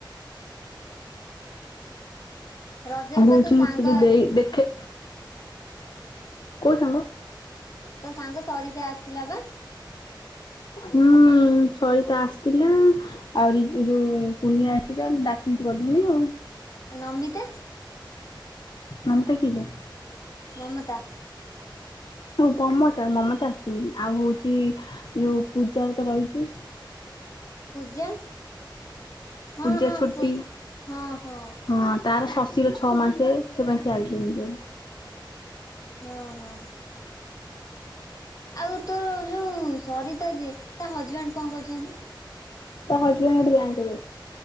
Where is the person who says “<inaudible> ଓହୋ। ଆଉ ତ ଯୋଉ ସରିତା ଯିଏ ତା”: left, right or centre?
Left